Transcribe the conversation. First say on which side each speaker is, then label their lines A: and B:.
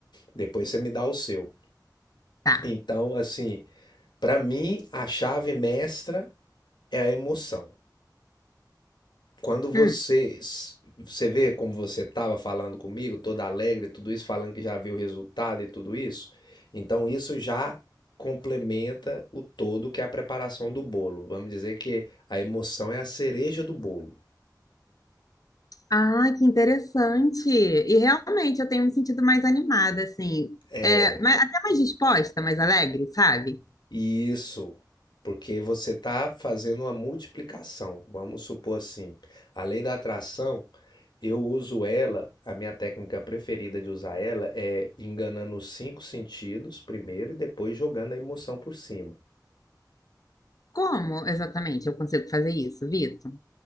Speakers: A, on the left; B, on the left.
A: Depois você me dá o seu.
B: tá.
A: Então, assim, pra mim, a chave mestra é a emoção. quando você
B: Hum.
A: você vê como você estava falando comigo, toda alegre, tudo isso, falando que já viu o resultado e tudo isso, então isso já complementa o todo que é a preparação do bolo. Vamos dizer que a emoção é a cereja do bolo.
B: Ah, que interessante. E realmente eu tenho me sentido mais animada, assim.
A: É,
B: É, mas, até mais disposta, mais alegre, sabe?
A: e isso porque você está fazendo uma multiplicação. Vamos supor assim, a lei da atração Eu uso ela, a minha técnica preferida de usar ela é enganando os cinco sentidos primeiro e depois jogando a emoção por cima.
B: Como exatamente eu consigo fazer isso, Vitor?